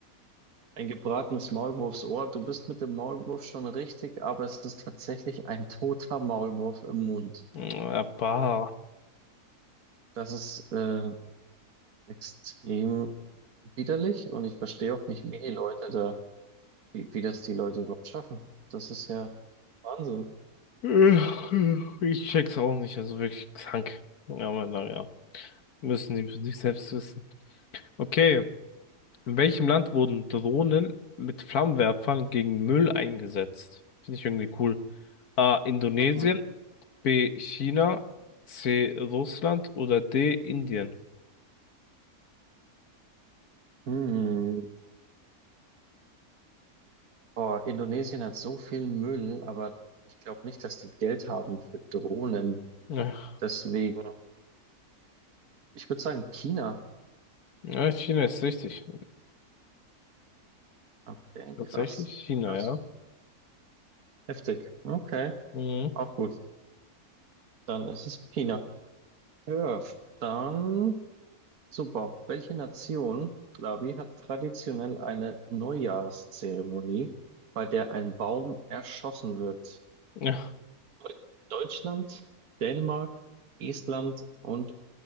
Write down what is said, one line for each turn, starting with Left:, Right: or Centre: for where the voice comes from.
Right: Ein gebratenes Maulwurfsohr. Du bist mit dem Maulwurf schon richtig, aber es ist tatsächlich ein toter Maulwurf im Mund.
Left: Ja, bah.
Right: Das ist äh, extrem widerlich und ich verstehe auch nicht, wie die Leute da, wie, wie das die Leute überhaupt schaffen. Das ist ja Wahnsinn.
Left: Äh, Ich check's auch nicht, also wirklich krank. Ja, Aber naja, müssen die für sich selbst wissen. Okay, in welchem Land wurden Drohnen mit Flammenwerfern gegen Müll eingesetzt? Finde ich irgendwie cool. A. Indonesien,
Right: Mhm.
Left: B. China, C. Russland oder D. Indien?
Right: Hm. Boah, Indonesien hat so viel Müll, aber ich glaube nicht, dass die Geld haben für Drohnen.
Left: Ach,
Right: Deswegen, ich würde sagen, China.
Left: ja, China ist richtig.
Right: Okay,
Left: Tatsächlich
Right: krass.
Left: China,
Right: Ja, das
Left: ja.
Right: ist heftig. Okay,
Left: Mhm.
Right: auch gut. Dann ist es China. Ja, dann super. Welche Nation, Labi, hat traditionell eine Neujahrszeremonie, bei der ein Baum erschossen wird?
Left: Ja,
Right: Deu- Deutschland, Dänemark, Estland und